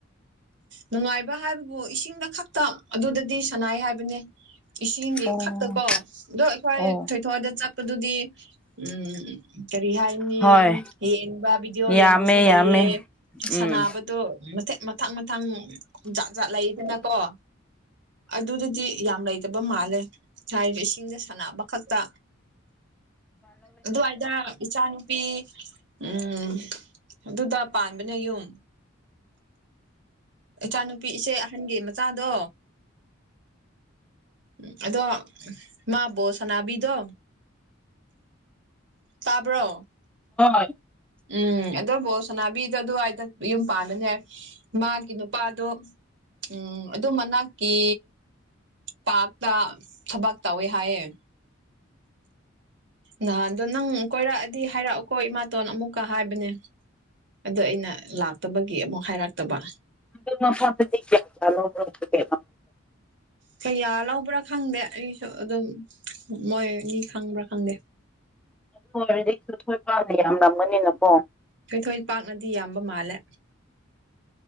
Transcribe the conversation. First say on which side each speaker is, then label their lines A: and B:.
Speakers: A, on the right (about 60°); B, in the centre.
A: ꯅꯨꯡꯉꯥꯏꯕ ꯍꯥꯏꯕꯕꯨ ꯏꯁꯤꯡꯗ ꯈꯛꯇ ꯑꯗꯨꯗꯗꯤ ꯁꯅꯥꯏ ꯍꯥꯏꯕꯅꯦ ꯏꯁꯤꯡꯒꯤ
B: ꯑꯣ
A: ꯈꯛꯇ ꯀꯣ ꯑꯗꯣ ꯑꯩꯈꯣꯏ
B: ꯑꯣ
A: ꯊꯣꯏꯊꯣꯛꯗ ꯆ ꯑꯗꯨꯗꯤ ꯎꯝ ꯀꯔꯤ ꯍꯥꯏꯅꯤ
B: ꯍꯣꯏ
A: ꯌꯦꯡꯕ ꯚꯤꯗꯤꯑꯣ
B: ꯌꯥꯝꯃꯦ
A: ꯌꯦꯡꯕꯁꯨ ꯂꯩꯌꯦ
B: ꯌꯥꯝꯃꯦ
A: ꯁꯅꯥꯕꯗꯨ
B: ꯎꯝ
A: ꯃꯇꯤꯛ ꯃꯊꯪ ꯃꯊꯪ ꯖꯥꯠ ꯖꯥꯠ ꯂꯩꯗꯅꯀꯣ ꯑꯗꯨꯗꯗꯤ ꯌꯥꯝ ꯂꯩꯇꯕ ꯃꯥꯜꯂꯦ ꯍꯥꯏꯔꯤꯕ ꯏꯁꯤꯡꯗ ꯁꯥꯟꯅꯕ ꯈꯛꯇ ꯑꯗꯨꯋꯥꯏꯗ ꯏꯆꯥ ꯅꯨꯨꯄꯤ ꯎꯝ ꯑꯗꯨꯗ ꯄꯥꯟꯕꯅꯦ ꯌꯨꯝ ꯏꯆꯥꯅꯨꯄꯤ ꯏꯆꯦ ꯑꯍꯟꯒꯤ ꯃꯆꯥꯗꯣ ꯎꯝ ꯑꯗꯣ ꯃꯥ ꯕꯣ ꯁꯅꯥꯕꯤꯗꯣ ꯇꯥꯕ꯭ꯔꯣ
B: ꯍꯣꯏ
A: ꯎꯝ ꯑꯕꯨꯣ ꯁꯣꯅꯥꯕꯤꯗꯣ ꯑꯗꯨꯋꯥꯏꯗ ꯌꯨꯝ ꯄꯥꯟꯕꯥꯟꯅꯦ ꯃꯥꯒꯤ ꯅꯨꯄꯥꯗꯣ ꯎꯝ ꯑꯗꯨꯝ ꯃꯅꯥꯛꯀꯤ ꯇꯥꯛꯇ ꯊꯕꯛ ꯇꯧꯋꯦ ꯍꯥꯏꯌꯦꯦ ꯅꯍꯥꯟꯗꯣ ꯅꯪ ꯀꯣꯏꯔꯛꯑꯗꯤ ꯍꯥꯏꯔꯛꯑꯣꯀꯣ ꯏꯃꯥꯇꯣꯟ ꯑꯃꯨꯛꯀ ꯍꯥꯏꯕꯅꯦ ꯑꯗꯣ ꯑꯩꯅ ꯂꯥꯛꯇꯕꯒꯤ ꯑꯃꯨꯛ ꯍꯥꯏꯔꯛꯇꯕ
B: <unintelligible>
A: ꯀꯌꯥ ꯂꯧꯕ꯭ꯔꯥ ꯈꯪꯗꯦ ꯑꯩꯁꯨ ꯑꯗꯨꯝ ꯃꯣꯏꯅꯤ ꯈꯪꯕ꯭ꯔꯥ ꯈꯪꯗꯦ
B: <unintelligible> ꯌꯥꯝ ꯅꯝꯒꯅꯤꯅꯀꯣ꯫
A: ꯑꯩꯣꯏꯊꯣꯏ ꯄꯥꯛꯅꯗꯤ ꯌꯥꯝꯕ ꯃꯥꯜꯂꯦ